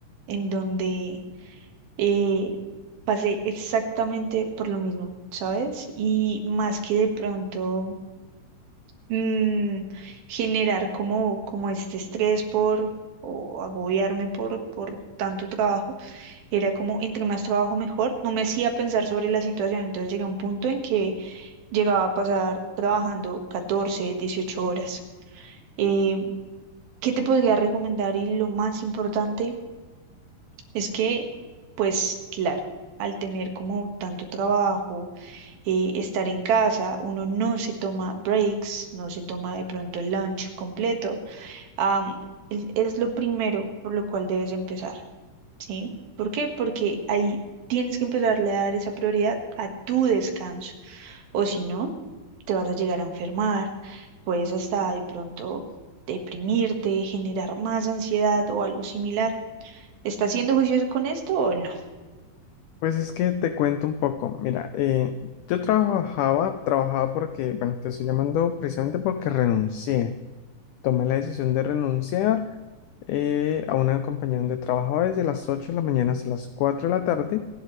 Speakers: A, on the right; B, on the left.
A: en donde eh, pasé exactamente por lo mismo, ¿sabes? Y más que de pronto. mm, generar como, como este estrés por o agobiarme por, por tanto trabajo. Era como entre más trabajo mejor. No me hacía pensar sobre la situación. Entonces llegué a un punto en que llegaba a pasar trabajando 14 18 horas. Eh, ¿qué te podría recomendar? Y lo más importante es que, pues claro, al tener como tanto trabajo, eh, estar en casa, uno no se toma breaks, no se toma de pronto el lunch completo. am, el- es lo primero por lo cual debes empezar, ¿sí? ¿Por qué? Porque ahí tienes que empezarle a dar esa prioridad a tu descanso, o si no, te vas a llegar a enfermar, puedes hasta de pronto deprimirte, generar más ansiedad o algo similar. ¿Estás siendo juicioso con esto o no?
B: Pues es que te cuento un poco. Mira, eh, yo trabajaba, trabajaba porque, bueno, te estoy llamando precisamente porque renuncié. Tomé la decisión de renunciar eh, a una compañía donde trabajaba desde las 8 de la mañana hasta las cuatro de la tarde,